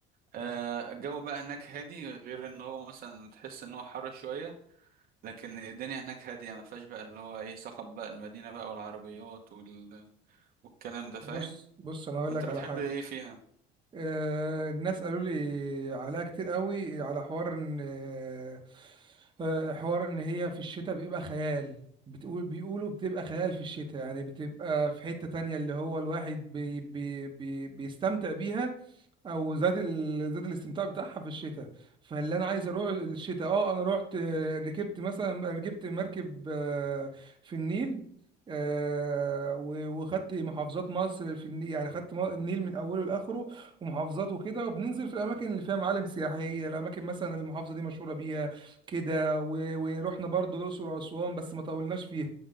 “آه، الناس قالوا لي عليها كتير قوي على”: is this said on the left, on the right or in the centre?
Right